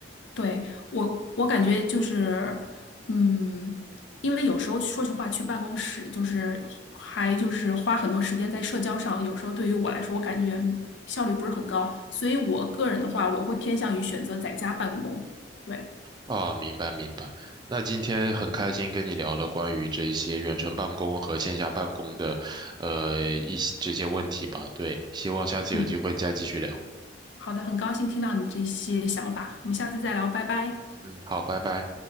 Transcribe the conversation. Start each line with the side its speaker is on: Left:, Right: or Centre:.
Left: 对，我，我感觉就是，嗯，因为有时候说实话，去办公室就是还就是花很多时间在社交上，有时候对于我来说，我感觉效率不是很高，所以我个人的话，我会偏向于选择在家办公。对，
Right: 啊，明白明白。那今天很开心跟你聊了关于这些远程办公和线下办公的呃一些这些问题吧。对，希望下次有机会再继续聊。
Left: 嗯，好的，很高兴听到你这些想法，我们下次再聊，拜拜。
Right: 嗯，好，拜拜。